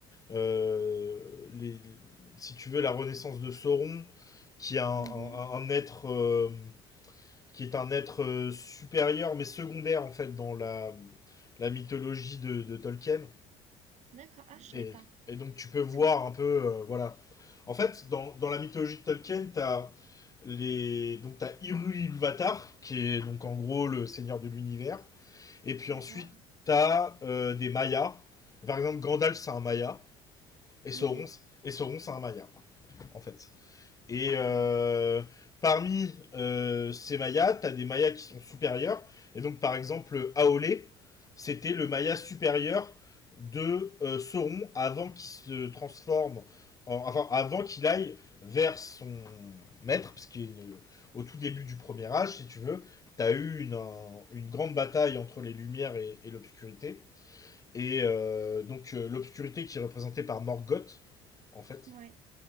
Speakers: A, on the left; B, on the right.
A: euh, les, si tu veux, la renaissance de Sauron qui est un,
B: Mhm.
A: un- un être euh, qui est un être euh, supérieur mais secondaire en fait dans la, la mythologie de, de Tolkien.
B: D'accord. Ah, je
A: Et,
B: savais pas.
A: et donc tu peux voir
B: C'est-
A: un peu euh, voilà. En fait, dans, dans la mythologie de Tolkien, t'as les donc t'as Ilúvatar qui est donc en gros le seigneur de l'univers. Et puis
B: D'accord.
A: ensuite t'as euh, des Mayas. Par exemple, Gandalf c'est un Maya et Sauron
B: Ok.
A: et Sauron c'est un Maya en fait. Et
B: Incroyable.
A: euh, parmi euh, ces mayas, tu as des mayas qui sont supérieurs. Et donc, par exemple, Aolé, c'était le maya supérieur de euh, Sauron avant qu'il se transforme, en- enfin, avant qu'il aille vers son maître, parce qu'au tout début du premier âge, si tu veux, tu as eu une, une grande bataille entre les lumières et, et l'obscurité. Et euh, donc, euh, l'obscurité qui est représentée par Morgoth, en fait
B: Ouais.